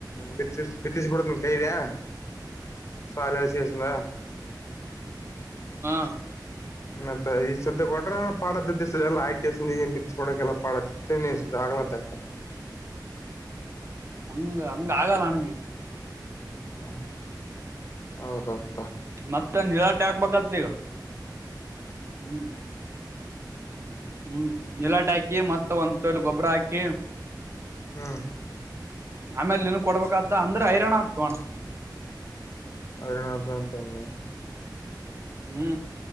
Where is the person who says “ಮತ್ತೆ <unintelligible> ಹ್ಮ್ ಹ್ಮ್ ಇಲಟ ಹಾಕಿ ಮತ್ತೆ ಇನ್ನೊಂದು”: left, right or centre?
Right